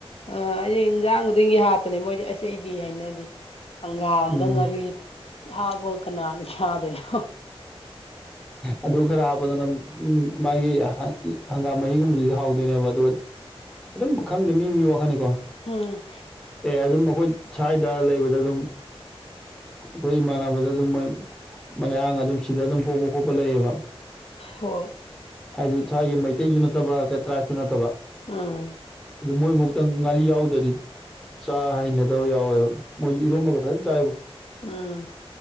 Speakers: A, on the left (about 70°); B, in the centre.
A: ꯑ ꯑꯩꯗꯤ ꯏꯟꯖꯥꯡ ꯈꯨꯗꯤꯡꯒꯤ ꯍꯥꯞꯄꯅꯦ ꯃꯣꯏꯗꯤ ꯑꯁ ꯑꯩꯗꯤ ꯍꯩꯅꯗꯦ ꯍꯪꯒꯥꯝꯗ
B: ꯎꯝ
A: ꯉꯥꯔꯤ ꯍꯥꯞꯄ ꯀꯅꯥꯅ ꯆꯥꯗꯣꯏꯅꯣ
B: ꯑꯗꯨ ꯈꯔ ꯍꯥꯞꯄꯗꯨꯅ ꯎꯝ ꯃꯥꯒꯤ ꯍꯪꯒꯥꯝ ꯃꯍꯤꯒꯨꯝꯕꯗꯨꯗꯤ ꯍꯥꯎꯗꯣꯏꯅꯦꯕ ꯑꯗꯨ ꯑꯗꯨꯝ ꯈꯪꯗꯦ ꯃꯤ ꯃꯤ ꯋꯥꯈꯜꯅꯤꯀꯣ
A: ꯎꯝ
B: ꯑꯦ ꯑꯗꯨꯝ ꯑꯈꯣꯏ ꯁ꯭ꯋꯥꯏꯗ ꯂꯩꯕꯗ ꯑꯗꯨꯝ ꯑꯩꯈꯣꯏ ꯏꯃꯥꯟꯅꯕꯗ ꯑꯗꯨꯝ ꯃꯣꯏ ꯃꯌꯥꯡ ꯑꯗꯨꯝ ꯁꯤꯗ ꯑꯗꯨꯝ ꯄꯣꯛꯄ ꯈꯣꯠꯄ ꯂꯩꯌꯦꯕ
A: ꯍꯣꯏ
B: ꯍꯥꯏꯗꯤ ꯁꯋꯥꯏꯒꯤ ꯃꯩꯇꯩꯖꯨ ꯅꯠꯇꯕ ꯇ꯭ꯔꯥꯏꯞꯁꯨ ꯅꯠꯇꯕ
A: ꯑ
B: ꯑꯗꯨ ꯃꯣꯏꯕꯧꯇ ꯉꯥꯔꯤ ꯌꯥꯎꯗ꯭ꯔꯗꯤ ꯆꯥ ꯍꯩꯅꯗꯕ ꯌꯥꯎꯋꯦꯕ ꯃꯣꯏꯖꯨ ꯏꯔꯣꯝꯕꯒ ꯐꯖꯅ ꯆꯥꯏꯌꯦꯕ
A: ꯎꯝ